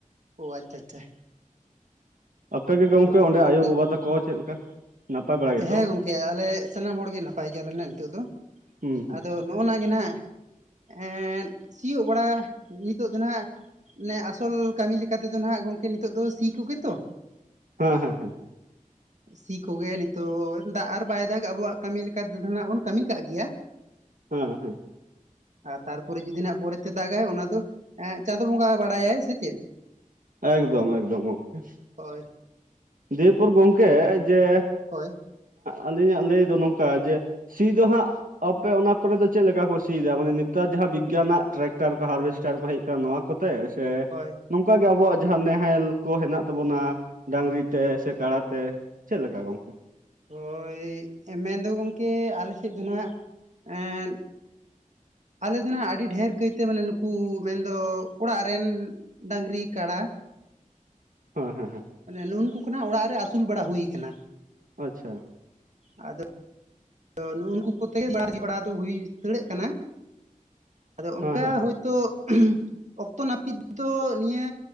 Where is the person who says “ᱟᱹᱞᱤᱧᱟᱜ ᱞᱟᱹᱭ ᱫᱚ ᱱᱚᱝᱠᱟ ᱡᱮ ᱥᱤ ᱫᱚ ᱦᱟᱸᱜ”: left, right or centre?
Right